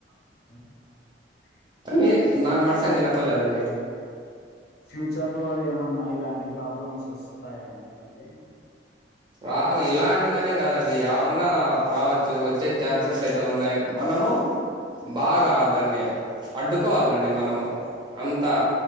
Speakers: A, on the left; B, on the right.
A: <unintelligible>
B: అంటే మాక్ మడ్సంగ్ ఇనపడ్లేదండి.
A: ఫ్యూచర్లో ఏమన్నా ఇలాంటి ప్రాబ్లమ్స్ ఓస్తాయా అండి మళ్ళీ
B: రా ఇలాంటివనే కాదండి ఏవన్నా రావచ్చు వచ్చే ఛాన్సెస్ అయితే ఉన్నాయి. మన్ నము బాగా దాన్ని అడ్డుకోవాలండి మనము. అంతా